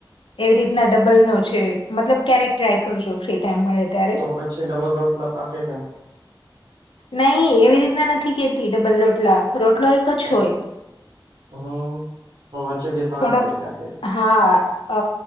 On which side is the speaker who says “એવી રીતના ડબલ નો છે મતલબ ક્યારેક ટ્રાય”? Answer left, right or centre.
Left